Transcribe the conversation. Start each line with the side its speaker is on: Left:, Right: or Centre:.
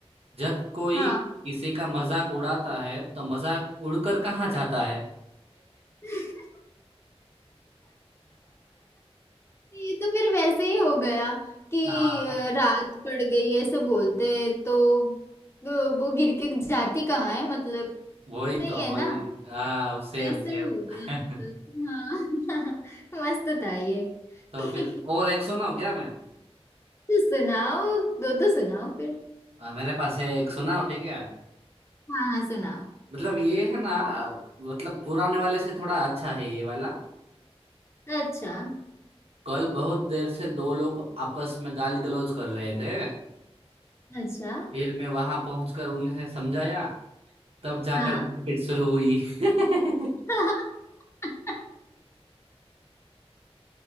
Right: जब कोई
Left: हाँ
Right: किसी का मजाक उड़ाता है तो मजाक उड़कर कहाँ जाता है
Left: <laughs> ये तो फिर वैसे ही हो गया कि
Right: <laughs> हाँ
Left: अ, रात पड़ गई ऐसे बोलते हैं तो तो वो गिर के जाती कहाँ है मतलब
Right: वही
Left: सही
Right: तो
Left: है
Right: वही
Left: ना
Right: हाँ सेम
Left: वैसा
Right: सेम
Left: ही हो गया मतलब
Right: <laughs>
Left: हाँ <laughs> मस्त था ये
Right: तो
Left: <laughs>
Right: फिर और एक सुनाओ क्या मैं
Left: तो सुनाओ दो तो सुनाओ फिर
Right: आ, मेरे पास है एक सुनाओ ठीक है
Left: हाँ हाँ सुनाओ
Right: मतलब ये है ना मतलब पुराने वाले से थोड़ा अच्छा है ये वाला
Left: अच्छा
Right: कल बहुत देर से दो लोग आपस में गाली गलौज कर रहे थे
Left: अच्छा
Right: फिर मैं वहां पहुंचकर उन्हें समझाया तब जाकर
Left: हाँ
Right: मारपीट शुरू हुई <laughs>
Left: <laughs>